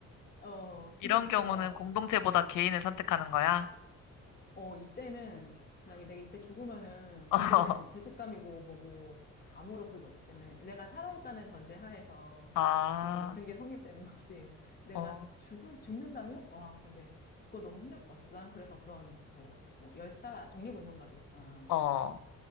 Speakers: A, on the left; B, on the left.
A: 어,
B: 이런
A: 근데 진짜,
B: 경우는 공동체보다 개인을 선택하는 거야?
A: 어, 이때는, 만약에 내가 이때 죽으면은,
B: <laughs> 어,
A: 그때는 죄책감이고 뭐고, 아무런 그게 없기 때문에, 내가 살아있다는 전제 하에서,
B: 아,
A: 이게 모든 게 성립되는 거지. 내가
B: 어,
A: 죽은, 죽는다면? 와, 근데, 그거 너무 힘들 것 같아. 난 그래서 그런, 뭐, 뭐, 열사, 독립운동가들 있잖아.
B: 어,